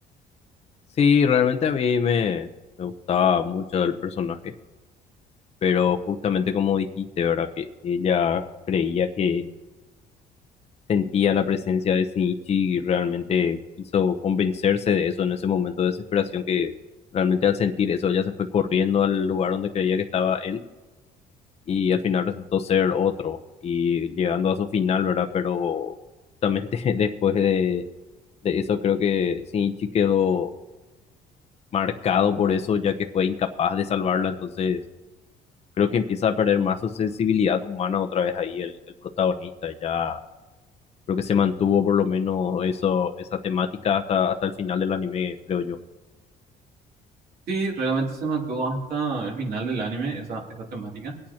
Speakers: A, on the left; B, on the right.
A: Sí, realmente a mí me, me gustaba mucho el personaje. pero justamente como dijiste, ¿verdad? Que ella creía que sentía la presencia de Shinichi y realmente quiso convencerse de eso en ese momento de desesperación que realmente al sentir eso ella se fue corriendo al lugar donde creía que estaba él y al final resultó ser otro y llegando a su final, ¿verdad? Pero justamente <laughs> después de, de eso creo que Shinichi quedó marcado por eso ya que fue incapaz de salvarla, entonces creo que empieza a perder más su sensibilidad humana otra vez ahí el, el protagonista. Ya creo que se mantuvo por lo menos eso, esa temática hasta, hasta el final del anime, creo yo.
B: Sí, realmente se mantuvo hasta el final del anime esa, esa temática